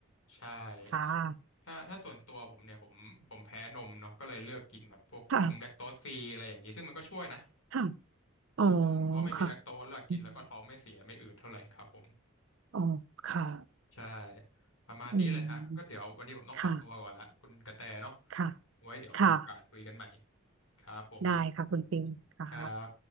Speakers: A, on the left; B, on the right.
A: ใช่
B: ค่ะ
A: ถ้าถ้าส่วนตัวผมเนี่ยผมผมแพ้นมเนาะก็เลยเลือกกินแบบพวกนมแลคโตสฟรีอะไรอย่างนี้ซึ่งมันก็ช่วยนะ
B: ค่ะ ค่ะ อ๋อ
A: อืมพอไม่มีแลคโตสแล้วกินแล้วก็ท้องไม่เสียไม่อืดเท่าไหร่ครับผม
B: ค่ะอืมอ๋อค่ะ
A: ใช่ประมาณนี้เลยฮะก็เดี๋ยววันนี้ผมต้องขอตัวก่อนละคุณกระแตเนาะ
B: อืมค่ะ ค่ะ
A: ไว้เดี๋ยวมีโอกาสคุยกันใหม่
B: ค่ะ
A: ครับผม
B: ได้ค่ะคุณฟิวค่ะ
A: ครับ